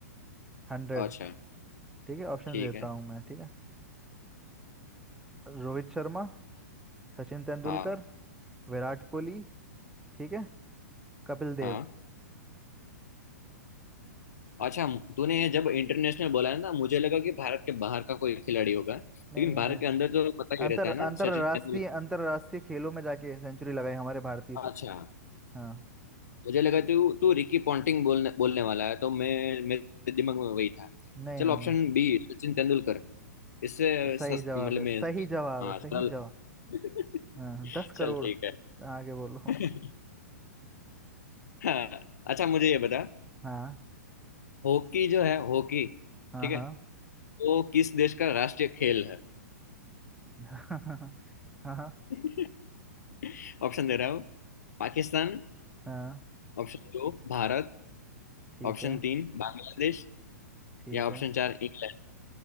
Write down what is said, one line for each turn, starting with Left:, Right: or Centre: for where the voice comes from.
Centre: हंड्रेड
Left: अच्छा
Centre: ठीक है ऑप्शन
Left: ठीक
Centre: देता
Left: है
Centre: हूँ मैं ठीक है रोहित शर्मा सचिन तेंदुलकर
Left: हाँ
Centre: विराट कोहली ठीक है कपिल देव
Left: हाँ अच्छा तूने ये जब इंटरनेशनल बोला है ना मुझे लगा कि भारत के बाहर का कोई खिलाड़ी होगा लेकिन
Centre: नहीं इंटर
Left: भारत के अंदर तो पता ही
Centre: अंतर
Left: रहता है
Centre: अंतरराष्ट्रीय
Left: ना सचिन तेंदुलकर
Centre: अंतरराष्ट्रीय खेलों में जाके सेंचुरी लगाई हमारे भारतीय प्ल-
Left: अच्छा
Centre: हाँ
Left: मुझे लगा तू तू रिकी पॉन्टिंग बोलने बोलने वाला है तो मैं मेरे दिमाग में वही था
Centre: नहीं
Left: चल
Centre: नहीं
Left: ऑप्शन
Centre: नहीं
Left: बी सचिन तेंदुलकर इससे
Centre: सही
Left: सस,
Centre: जवाब
Left: मतलब
Centre: है
Left: मैं
Centre: सही जवाब
Left: हाँ
Centre: है सही
Left: सरल
Centre: जवाब
Left: <laughs>
Centre: हाँ हाँ, दस करोड़
Left: चल ठीक है
Centre: आगे बोलो <laughs>
Left: <laughs> हाँ, अच्छा मुझे ये बता
Centre: हाँ
Left: हॉकी जो है हॉकी
Centre: हाँ
Left: ठीक
Centre: हाँ
Left: है वो किस देश का राष्ट्रीय खेल है
Centre: <laughs> हाँ हाँ
Left: <laughs> ऑप्शन दे रहा हूँ पाकिस्तान
Centre: हाँ
Left: ऑप्शन दो भारत
Centre: ठीक
Left: ऑप्शन
Centre: है
Left: तीन बांग्लादेश
Centre: ठीक
Left: या ऑप्शन
Centre: है
Left: चार इंग्लैंड